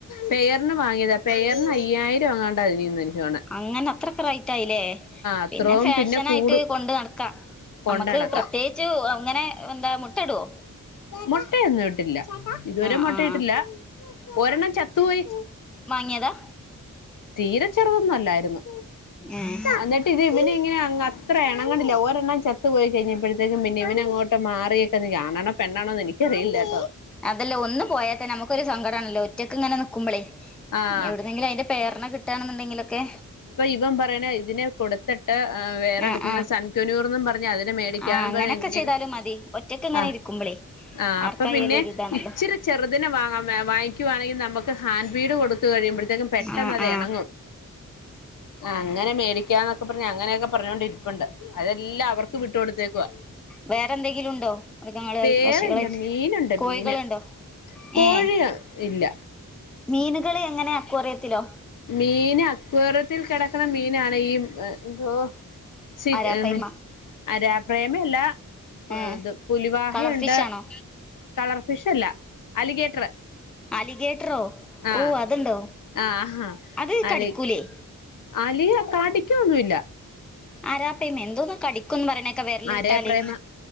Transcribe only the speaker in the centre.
അങ്ങനെ അത്രകായി? ല്ലേ
പിന്നെ ഫാഷൻ
ആയിട്ട് കൊണ്ട് നടക്കാം
നമുക്ക് പ്രത്യ അങ്ങനെ എന്താ മുട്ട ഇടുവോ?
ആഹ്
ആഹ്
മാങ്ങ്യതാ.
ഉം
അതെല്ല ഒന്ന് പോയാത്തെന്നെ നമുക്കൊരു സങ്കടാണല്ലോ. റ്റക്ക്ങ്ങനെ ന്ന്ക്കുമ്പളേ
ഇനി എവിട്ന്നെങ്കിലും അയ്ന്റെ പെയർനെ കിട്ടാണെന്നുണ്ടെങ്കിലൊക്കെ.
ആഹ് ആഹ്
ആഹ് അങ്ങനൊക്കെ
ചെയ്താലും മതി ഒറ്റക്ക് ഇങ്ങനെ
ഇരിക്കുമ്പളേ
ആർക്കായാലും
ഒരു ഇതാണല്ലോ
ആഹ് ആഹ്
വേറെന്തെങ്കിലുണ്ടോ മൃഗങ്ങളുവായി
പക്ഷികളായിട്ട്
കോഴികള്ണ്ടോ?
ഏഹ്.
മീന്കള് എങ്ങനെ അക്ക്വോറിയത്തിലോ.
ആരാപ്പയ്മ
ഏ
കളർ ഫിഷ് ആണോ
അലിഗേറ്റ്റോ
ഓഹ് അത്ണ്ടോ
അത്
കടിക്കൂലേ.
ആരാപ്പെയ് മെന്തോന്ന് കടി. ക്കുന്ന് പറിണേക്ക വെര്ല്
ട്ടാല്